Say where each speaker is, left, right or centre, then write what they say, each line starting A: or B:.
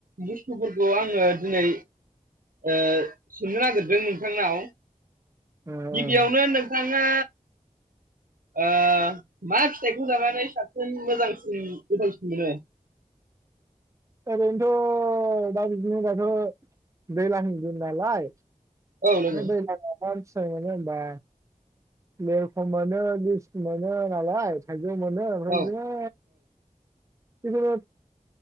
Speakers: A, on the right (about 80°); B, on the right (about 20°).
A: बुस्थुफोरखौ आङो दिनै ओ सोंनो नागिरदों नोंथांनाव
B: ओं
A: गिबियावनो नोंथाङा ओ मा फिथाइखौ जानानै साबसिन मोजांसिन गोथावसिन मोनो
B: ओरैनोथ' दा बिदिनो बाथ' दैज्लांनि दिन नालाय
A: औ लोगो
B: बे दैलांआवहाय फिथाइ मोनो होमबा लेरख मोनो लिसु मोनो नालाय थाइ जौ मोनो ओमफ्राय
A: औ
B: बिदिनो जिखुनु